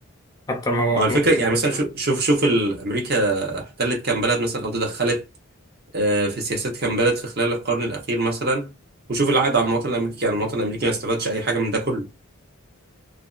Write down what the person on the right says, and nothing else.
هو الفكرة
يعني مثلا شو- شوف شوف ال- أمريكا احتلت كام بلد مثلا أو تدخلت آه، في سياسات كام بلد في خلال القرن الأخير مثلا وشوف العائد على المواطن الأمريكي يعني المواطن الأمريكي ما استفادش أي حاجة من ده كله